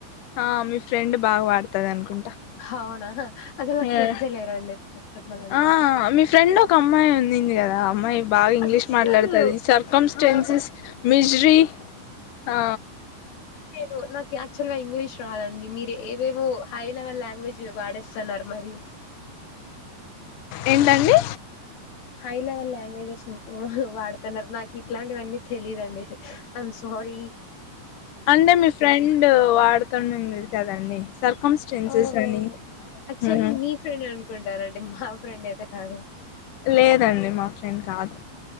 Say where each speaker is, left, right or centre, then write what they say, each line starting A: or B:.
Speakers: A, on the left; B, on the left.
A: ఆ మీ ఫ్రెండ్ బాగా వాడతదనుకుంటా!
B: అవునా అసలు నాకు
A: మ్హా
B: ఫ్రెండ్సే లేరండి ఫస్ట్ చెప్పాలంటే
A: ఆ మీ ఫ్రెండ్ ఒక అమ్మాయి ఉన్నింది కదా! ఆ అమ్మాయి బాగా ఇంగ్లీష్
B: అస్సలు
A: మాట్లాడతది. సర్కమ్స్టెన్సెస్,
B: నా
A: మిజ్రీ ఆ
B: నేను నాకు యాక్చువల్ గా ఇంగ్లీష్ రాదండి. మీరు ఏవేవో హై లెవెల్ లాంగ్వేజ్ వాడేస్తన్నారు మరీ
A: ఏంటండి?
B: హై లెవెల్ లాంగ్వేజెస్ వాహు వాడుతన్నారు నాకు ఇట్లాంటివన్నీ తెలియదండి. ఐమ్ స్వారి
A: అంటె మీ ఫ్రెండు వాడు తన్ తుంది కదండి. సర్కమ్స్టెన్సెస్
B: ఓహో
A: అని
B: యాక్చువలీ
A: ఉమ్
B: మీ ఫ్రెండ్ అనుకుంటారండి మా. ఫ్రెండ్ అయితే కాదు.
A: లేదండి మా ఫ్రెండ్ కాదు.